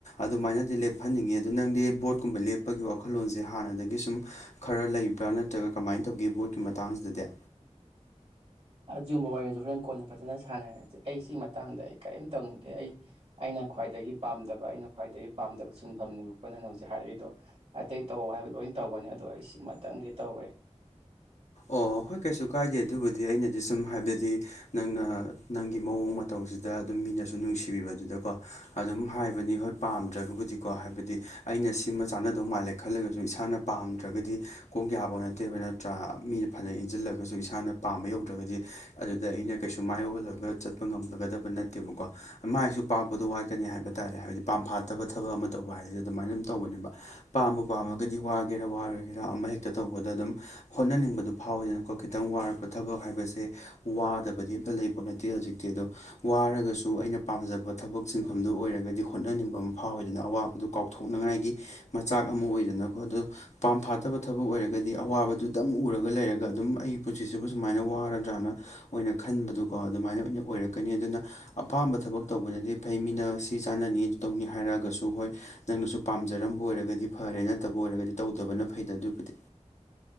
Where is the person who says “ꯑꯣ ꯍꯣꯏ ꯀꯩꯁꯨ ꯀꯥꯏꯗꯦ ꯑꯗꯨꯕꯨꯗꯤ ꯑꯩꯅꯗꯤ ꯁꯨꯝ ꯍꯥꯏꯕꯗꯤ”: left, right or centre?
Left